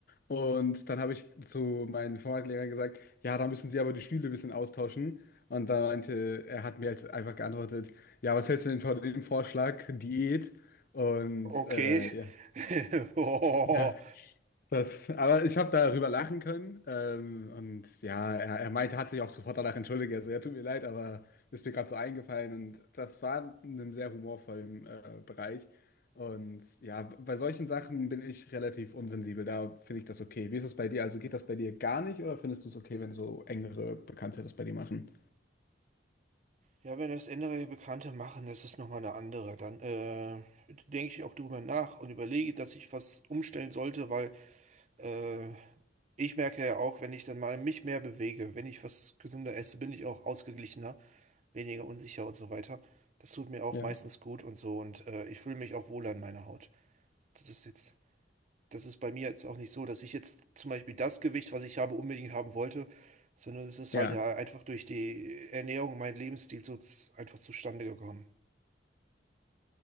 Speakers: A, on the left; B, on the right.
A: Und dann habe ich zu meinem Informatiklehrer gesagt, ja, da müssen Sie aber die Stühle ein bisschen austauschen. Und da meinte, er hat mir halt einfach geantwortet, ja, was hältst du denn von dem Vorschlag, Diät? Und
B: Okay.
A: äh, ja,
B: <laughs> Oh.
A: ja, das, aber ich habe darüber lachen können. Ähm, und ja, er, er meinte, hat sich auch sofort danach entschuldigt. Also, ja, tut mir leid, aber ist mir gerade so eingefallen. Und das war in einem sehr humorvollen äh, Bereich. Und ja, bei solchen Sachen bin ich relativ unsensibel. Da finde ich das okay. Wie ist es bei dir? Also geht das bei dir gar nicht oder findest du es okay, wenn so engere Bekannte das bei dir machen?
B: Ja, wenn das andere Bekannte machen, das ist nochmal eine andere. Dann äh, denke ich auch drüber nach und überlege, dass ich was umstellen sollte, weil äh, ich merke ja auch, wenn ich dann mal mich mehr bewege, wenn ich was gesünder esse, bin ich auch ausgeglichener, weniger unsicher und so weiter. Das tut mir auch
A: Ja.
B: meistens gut und so und äh, ich fühle mich auch wohler in meiner Haut. Das ist jetzt, das ist bei mir jetzt auch nicht so, dass ich jetzt zum Beispiel das Gewicht, was ich habe, unbedingt haben wollte, sondern es ist
A: Ja.
B: halt ja einfach durch die Ernährung, mein Lebensstil so z- einfach zustande gekommen.